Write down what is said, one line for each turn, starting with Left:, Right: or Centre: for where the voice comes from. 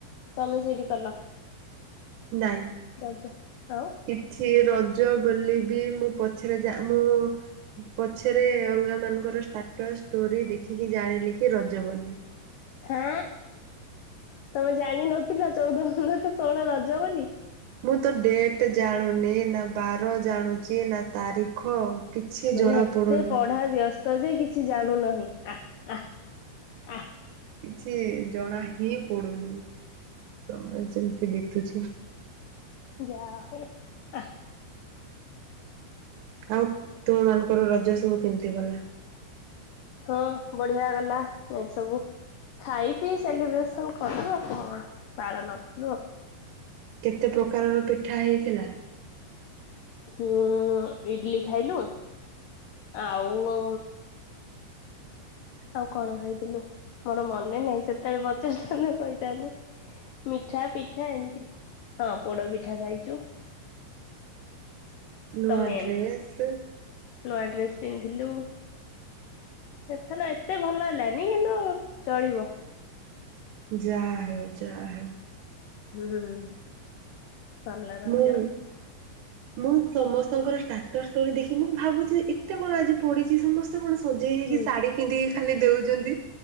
Left: ତମେ ସେଇଠି କଲ।
Right: ନାଇଁ
Left: ରଜ ଆଉ
Right: କିଛି ର ରଜ ବୋଲି ବି ମୁଁ ପଛରେ ଯା ମୁଁ ପଛରେ ଅଲଗା ମାନଙ୍କର ଷ୍ଟାଟସ ଷ୍ଟୋରୀ ଦେଖିକି ଜାଣିଲି କି ରଜ ବୋଲି।
Left: ହଁ। ତମେ ଜାଣିନଥିଲ ଚଉଦ ପନ୍ଦର ଷୋହଳ ରଜ ବୋଲି।
Right: ମୁଁ ତ ଡେଟ୍ ଜାଣୁନି ନା ବାର ଜାଣୁଚି ନା ତାରିଖ କିଛି
Left: ମାନେ
Right: ଜଣା
Left: ଏତେ
Right: ପଡୁନି
Left: ପଢା ବ୍ୟସ୍ତ ତ ଯେ କି କିଛି ଜାଣୁ ନାହିଁ ଆ ଆ ଆ
Right: କିଛି ଜଣା ହିଁ ପଡୁନି ସମୟ ଯେମିତି ଦେଖୁଛି
Left: ଯାହୋ ଆ
Right: ଆଉ ତୁମମାନଙ୍କର ରଜ ସବୁ କେମିତି ଗଲା?
Left: ହଁ ବଢିଆ ଗଲା ଏ ସବୁ ଖାଇ ପିଇ ସେଲିବ୍ରେସନ କଲୁ ଆଉ କଣ ପାଳନ କଲୁ ଆଉ।
Right: କେତେ ପ୍ରକାରର ପିଠା ହେଇଥିଲା?
Left: ହୁଁ ଇଡଲି ଖାଇଲୁ ଆଉ ଆଉ କଣ ଖାଇଥିଲୁ ମୋର ମନେ ନାହିଁ ସେତେବେଳେ ପଚାରିଥାନ୍ତ କହିଥାନ୍ତି। ମିଠା ପିଠା ଏମତି ହଁ ପୋଡ ପିଠା ଖାଇଚୁ।
Right: ନୂଆ
Left: ମେନ୍।
Right: ଡ୍ରେସ
Left: ନୂଆ ଡ୍ରେସ ପିନ୍ଧିଲୁ ଏଥର ଏତେ ଭଲ ହେଲାନି କିନ୍ତୁ ଚଳିବ।
Right: ଯା ହେଉ ଯା ହେଉ
Left: ହୁଁ। ସରିଲା ରଜ
Right: ମୁଁ ମୁଁ ସମ ସ୍ତଙ୍କର ଷ୍ଟାଟସ ଷ୍ଟୋରି ଦେଖି କି ମୁଁ ଭାବୁଛି ଏତେ କଣ ଆଜି ପଡିଚି ସମ କଣ ସଜେଇ ହେଇକି
Left: ହୁଁ
Right: ଶାଢୀ ପିନ୍ଧିକି ଖାଲି ଦେଉଚନ୍ତି